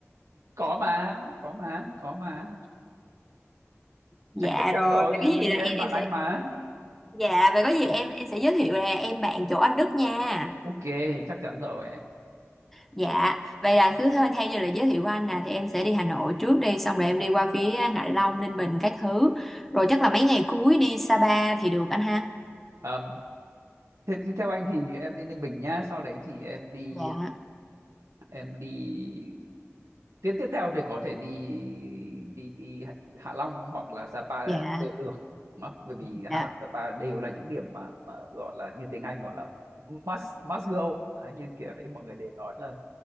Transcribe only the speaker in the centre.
Dạ
rồi,
vậy
cái gì
là
em
em
sẽ
Dạ, vậy có gì em em sẽ giới thiệu là em bạn chỗ anh Đức nha.
Dạ, vậy là cứ thôi thay như là giới thiệu của anh nè thì em sẽ đi Hà Nội trước đi xong rồi em đi qua phía Hạ Long, Ninh Bình các thứ. Rồi chắc là mấy ngày cuối đi Sapa thì được anh ha.
Dạ,
dạ,
dạ,